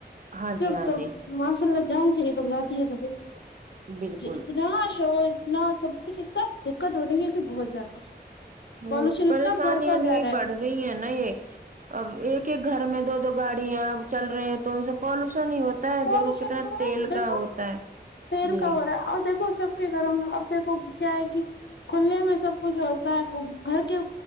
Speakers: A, on the right; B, on the left.
A: ہاں
B: جب
A: جی ہاں
B: تو
A: جی
B: ماشاء اللہ جان سے نکل جاتی ہے کتےیں
A: بالکل
B: اتنا شور اتنا سب کچھ اتنا دقت ہو رہی ہے کہ بہت زیادہ
A: ہو
B: پالوشن
A: پریشانیاں
B: اتنا بڑھتا جا
A: نہیں
B: رہا ہے
A: بڑھ رہی ہیں نا یہ <unintelligible> اب ایک ایک گھر میں دو دو گاڑی ہیں اب چل رہے ہیں تو ان سے پالوشن ہی ہوتا ہوتا ہے
B: پالوشن
A: دیکھو کتنا
B: ہو رہا
A: تیل
B: ہے دیکھو
A: کا ہوتا ہے
B: تیل
A: جی
B: کا ہو رہا ہے اور دیکو سب کے گھروں میں اب دیکھو کیا ہے کہ کھے میں سب کچھ ہوتا ہے گھر کے